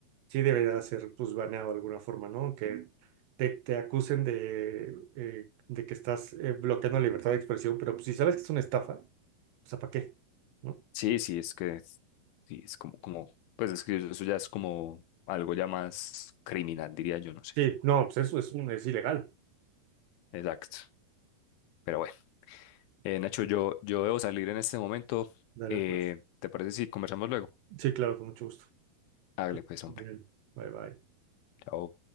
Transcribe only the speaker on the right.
sí debería ser pues baneado de alguna forma, ¿no? Que te, te acusen de, eh, de que estás eh, bloqueando la libertad de expresión, pero pues si sabes que es una estafa, o sea, ¿para qué? ¿No?
Sí, no, pues eso es, un, es ilegal.
Dale,
pues.
Sí, claro, con mucho gusto.
Ok,
muy bien. Bye, bye.